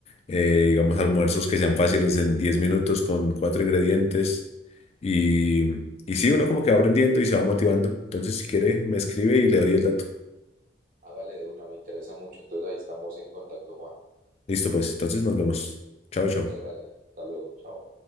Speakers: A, on the left; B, on the right.
A: eh, digamos almuerzos que sean fáciles en 10 minutos con cuatro ingredientes. Y, y sí, uno como que va aprendiendo y se va motivando. Entonces si quiere, me escribe y le doy el dato.
B: Hágale de una, me interesa mucho. Entonces ahí estamos en contacto, Juan.
A: Listo, pues, entonces nos vemos. Chao, chao.
B: Muchas gracias. Hasta luego. Chao.